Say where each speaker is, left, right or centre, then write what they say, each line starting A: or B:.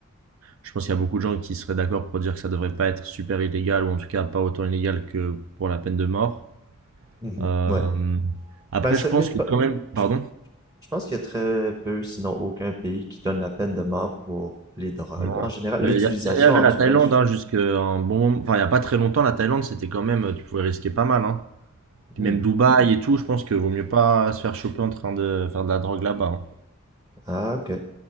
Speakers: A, on the right (about 65°); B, on the right (about 15°).
A: je pense qu'il y a beaucoup de gens qui seraient d'accord pour dire que ça devrait pas être super illégal, ou en tout cas pas autant illégal que pour la peine de mort.
B: Mhm.
A: Euh,
B: Ouais.
A: après,
B: Ben, ça
A: je pense
B: l'est pas.
A: que quand même,
B: Je,
A: pardon.
B: je pense qu'il y a très peu, sinon aucun pays qui donne la peine de mort pour les drogues.
A: Non.
B: En général,
A: Mais
B: l'utilisation,
A: il y, a- il y avait
B: en
A: la
B: tout
A: Thaïlande
B: cas, je-
A: hein, jusqu'à un bon moment. Enfin, il n'y a pas très longtemps, la Thaïlande, c'était quand même. Tu pouvais risquer pas mal. Hein. Puis
B: hmm.
A: même Dubaï et tout, je pense que vaut mieux pas se faire choper en train de faire de la drogue là-bas. hein.
B: Ah, ok.